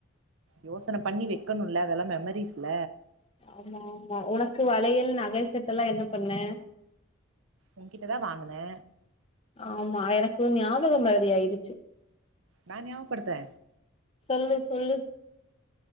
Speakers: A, on the right; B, on the left.
A: யோசன பண்ணி வக்கணுல அதெலா மெமரிஸ்ல
B: ஆமா ஆமா உனக்கு வளயல் நக செட் எல்லா என்ன பண்ண
A: உன்கிட்டதா வாங்னே
B: ஆமா எனக்கு ஞாபகம் மரதி ஆயிடுச்சு
A: நா ஞாபடுத்ரே
B: சொல்லு சொல்லு